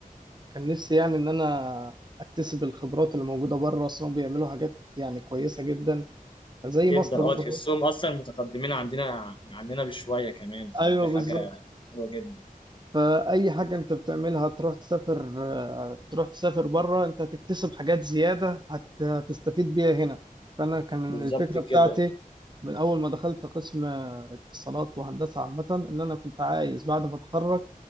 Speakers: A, on the right; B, on the left.
A: كان نفسي يعني ان انا اكتسب الخبرات اللي موجودة بره اصلا بيعملوا حاجات يعني كويسة جدا زي
B: جدا
A: مصر
B: اه
A: برضو
B: تحسهم اصلا متقدمين عندنا عننا بشويه كمان فدي
A: ايوه
B: حاجه
A: بالظبط
B: حلوه جدا
A: فاي حاجة انت بتعملها تروح تسافر تروح تسافر بره انت هتكتسب حاجات زيادة هت- هتستفيد بيها هنا فانا كان
B: بالظبط
A: الفكرة بتاعتي
B: كده
A: من اول ما دخلت قسم اتصالات وهندسة عامة ان انا كنت عايز بعد ما اتخرج